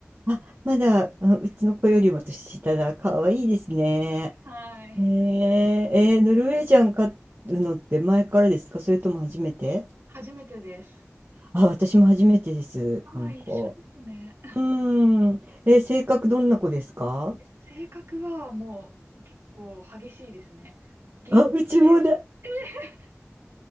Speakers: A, on the right (about 50°); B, on the right (about 70°).
A: あ、まだ、あ、うちの子よりも年下だ。可愛いいですね。
B: はい。
A: へえ、えーノルウェージャン飼うのって前からですかそれとも初めて
B: 初めてです。
A: あ、私も初めてです、
B: ああ、
A: この子。
B: 一緒ですね。
A: うーん。えー性格どんな子ですか
B: 性格はもう結構激しいですね。元気で。
A: あ、うちもだ。
B: <laughs>